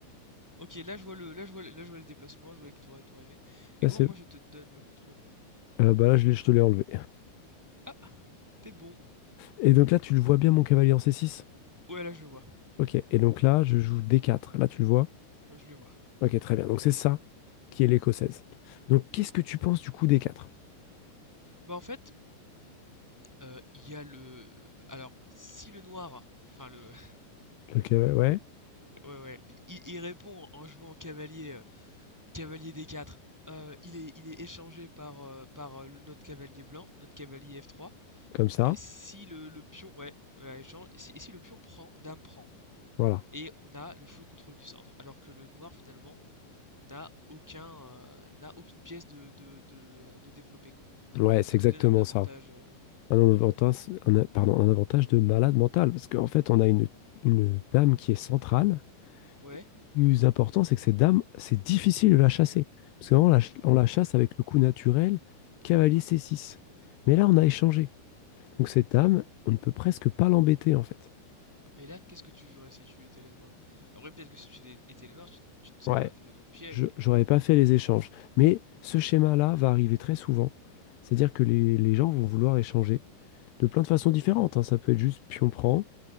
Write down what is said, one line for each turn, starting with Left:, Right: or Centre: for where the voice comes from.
Centre: Ok, là je vois le, là je vois, le- là je vois les déplacements, je vois les trois et tout arriver. Et comment
Left: c'est...
Centre: moi je te donne le contrôle?
Left: euh, bah là, je, l'ai- je te l'ai enlevé.
Centre: Ah, t'es bon.
Left: Et donc là, tu le vois bien, mon cavalier en C6?
Centre: Ouais, là je le vois.
Left: Ok, et donc là, je joue D4, là, tu le vois?
Centre: Ouais, Je le vois.
Left: Ok, très bien, donc c'est ça qui est l'écossaise. Donc, qu'est-ce que tu penses du coup D4?
Centre: Bah en fait, euh, il y a le. Alors, si le noir, enfin le,
Left: Le cavalier, ouais.
Centre: Ouais, ouais. Il, il répond en jouant en cavalier, euh, cavalier des 4 Euh, il est, il est échangé par, euh, par euh, le- notre cavalier blanc, notre cavalier F3.
Left: Comme ça.
Centre: Et si le, le pion, ouais, ouais, échange. Et si, et si le pion prend, dame prend.
Left: Voilà.
Centre: Et on a le full contrôle du centre. Alors que le noir, finalement, n'a aucun, euh, n'a aucune pièce de, de, de, euh, de développer, quoi.
Left: Ouais, c'est
Centre: Ce
Left: exactement
Centre: qui donne un avantage.
Left: ça.
Centre: euh,
Left: Un avantage, un a- pardon, un avantage de malade mental. Parce qu'en fait, on a une, une dame qui est centrale.
Centre: Ouais.
Left: Et le plus important, c'est que cette dame, c'est difficile de la chasser. Parce qu'avant, on la, ch- on la chasse avec le coup naturel, cavalier c six. Mais là, on a échangé. Donc cette dame, on ne peut presque pas l'embêter, en fait.
Centre: Et là, qu'est-ce que tu jouerais si tu étais les noirs? Après, peut-être que si tu étais les noirs, tu, n- tu ne serais
Left: Ouais,
Centre: pas tombé dans le piège
Left: je, j'aurais pas fait les échanges. Mais ce schéma-là va arriver très souvent. C'est-à-dire que les, les gens vont vouloir échanger de plein de façons différentes. hein. Ça peut être juste pion-prend.